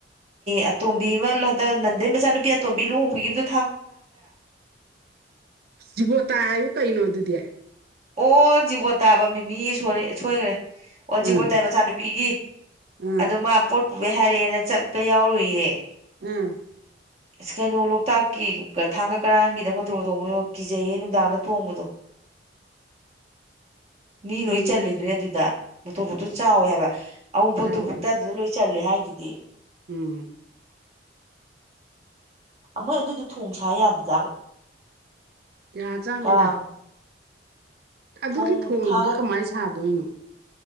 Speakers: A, on the right; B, on the right.
A: ꯑꯦ ꯇꯣꯝꯕꯤ ꯃ ꯍꯟꯗꯥꯛ ꯂꯥꯟꯗ ꯒꯤ ꯃꯆꯥꯅꯨꯄꯤ ꯑꯇꯣꯟꯕꯤ ꯂꯨꯍꯣꯡꯕꯤꯒꯤꯕꯗꯣ
B: ꯖꯤꯕꯣꯇꯥ ꯍꯥꯏꯌꯨ ꯀꯩꯅꯣ ꯑꯗꯨꯗꯤ
A: ꯑꯣ ꯖꯤꯕꯣꯠꯇꯥ ꯍꯥꯏꯕꯥ ꯃꯤꯃꯤ ꯌꯦ ꯁꯣꯏꯈꯔꯦ ꯑꯣ
B: ꯎꯝ
A: ꯖꯤꯕꯣꯇꯥꯏ ꯃꯆꯥꯅꯨꯄꯤꯒꯤ
B: ꯎꯝ
A: ꯑꯗꯨ ꯃꯥ ꯄꯣꯠ ꯄꯨꯕꯩ ꯍꯥꯏꯔꯛ ꯑꯥꯅ ꯆꯠꯄ ꯌꯥꯎꯔꯨꯏꯌꯦ
B: ꯎꯝ
A: ꯑꯁ ꯀꯩꯅꯣ ꯂꯣꯛꯇꯥꯛꯀꯤ ꯊꯥꯡꯒ ꯀꯔꯥꯡꯒꯤꯗ ꯃꯣꯇꯣꯔ ꯇꯣꯡꯕꯗꯣ ꯀꯤꯖꯩꯌꯦ ꯅꯨꯡꯗꯥꯡꯗ ꯇꯣꯡꯕꯗꯣ <inaudible> ꯃꯤ ꯂꯣꯏ
B: ꯎꯝ
A: ꯆꯜꯂꯤꯗꯨꯅꯦ ꯑꯗꯨꯗ ꯃꯣꯇꯣꯔꯕꯣꯠ ꯇꯣ ꯆꯥꯎꯋꯦ ꯍꯥꯏꯕ ꯑꯋꯥꯎꯟꯄꯣꯠꯇꯨ
B: ꯆꯥꯎꯕꯅꯤ
A: ꯕꯨꯛꯇ ꯑꯗꯨꯗ ꯂꯣꯏ ꯆꯠꯂꯦ ꯍꯥꯏꯗꯨꯗꯤ
B: ꯎꯝ
A: ꯃꯣꯏ ꯑꯗꯨꯗꯣ ꯊꯣꯡ ꯁꯥ ꯌꯥꯗꯖꯥꯠꯂꯣ
B: ꯀꯦꯌꯥꯖꯥꯠꯅꯤꯗ
A: ꯀꯔꯥꯡ
B: ꯑꯗꯨꯒꯤ
A: ꯊꯣꯡ
B: ꯊꯣꯡꯗꯨꯗꯤ
A: ꯊꯥꯡꯒ
B: ꯀꯃꯥꯏꯅ ꯁꯥꯗꯣꯏꯅꯣ